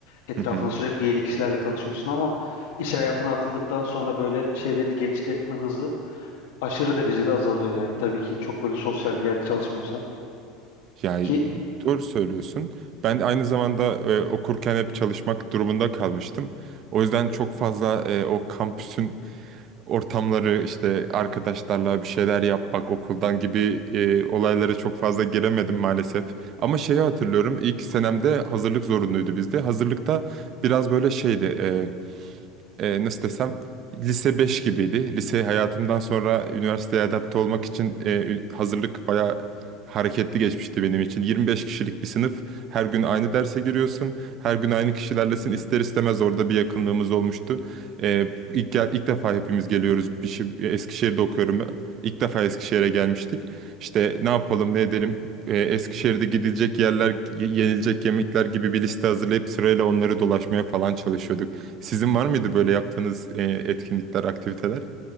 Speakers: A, on the left (about 75°); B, on the right (about 50°).
A: Etrafında
B: Hı hı.
A: sürekli yeni kişilerle tanışıyorsun ama iş hayatına atıldıktan sonra böyle çevreni genişletme hızı aşırı derecede azalıyor yani tabii ki çok böyle sosyal bir yerde çalışmıyorsan
B: Yani
A: ki
B: doğru söylüyorsun. Ben aynı zamanda e, okurken hep çalışmak durumunda kalmıştım. O yüzden çok fazla e, o kampüsün ortamları işte arkadaşlarla bir şeyler yapmak okuldan gibi e, olaylara çok fazla giremedim maalesef. Ama şeyi hatırlıyorum ilk senemde hazırlık zorunluydu bizde. Hazırlıkta biraz böyle şeydi e, e, nasıl desem lise 5 gibiydi. Lise hayatımdan sonra üniversiteye adapte olmak için e, ü- hazırlık bayağı hareketli geçmişti benim için. 25 kişilik bir sınıf. Her gün aynı derse giriyorsun. Her gün aynı kişilerlesin. İster istemez orada bir yakınlığımız olmuştu. E, ilk, gel- ilk defa hepimiz geliyoruz. Bir şey, Eskişehir'de okuyorum ben. İlk defa Eskişehir'e gelmiştik. İşte ne yapalım ne edelim e, Eskişehir'de gidilecek yerler, y- yenilecek yemekler gibi bir liste hazırlayıp sırayla onları dolaşmaya falan çalışıyorduk. Sizin var mıydı böyle yaptığınız e, etkinlikler, aktiviteler?